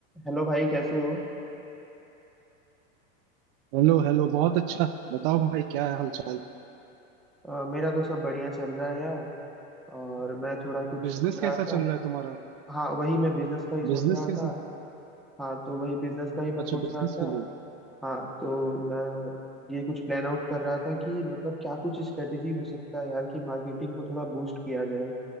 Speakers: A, in the centre; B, on the right.
A: Hello भाई कैसे हो
B: Hello hello बहुत अच्छा बताओ भाई क्या हाल चाल
A: अ, मेरा तो सब बढ़िया चल रहा है यार और मैं थोड़ा कुछ
B: बिजनेस
A: सोच
B: कैसा
A: रहा था
B: चल रहा है तुम्हारा
A: हाँ वही मैं बिजनेस का ही सोच
B: बिजनेस
A: रहा
B: कैसे
A: था हाँ तो वही बिजनेस का ही मैं
B: अच्छा
A: सोच
B: बिजनेस
A: रहा था
B: के लिए
A: हाँ तो मैं ये कुछ प्लान आउट कर रहा था कि मतलब क्या कुछ स्ट्रेटेजी हो सकता है यार कि मार्केटिंग को थोड़ा बूस्ट किया जाए